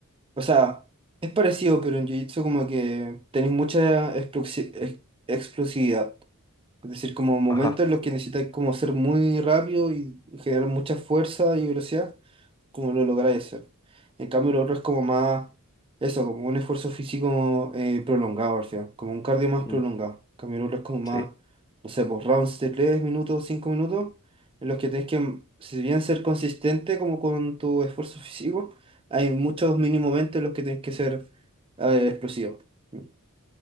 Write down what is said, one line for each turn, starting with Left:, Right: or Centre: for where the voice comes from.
Right: o sea, es parecido, pero en jiu-jitsu como que tenéés mucha explosi- ex- explosividad. Es decir, como momentos
Left: Ajá.
Right: en los que necesitáis como ser muy rápido y generar mucha fuerza y velocidad, como lo lográis hacer. En cambio, lo otro es como más, eso, como un esfuerzo físico eh, prolongado al final, como un cardio más prolongado.
Left: Mm,
Right: En cambio, lo otro es como más,
Left: sí.
Right: no sé, pues rounds de 3 minutos, 5 minutos, en los que tenés que, mm, si bien ser consistente como con tu esfuerzo físico, hay muchos mini momentos en los que tenés que ser eh, explosivo. Mm,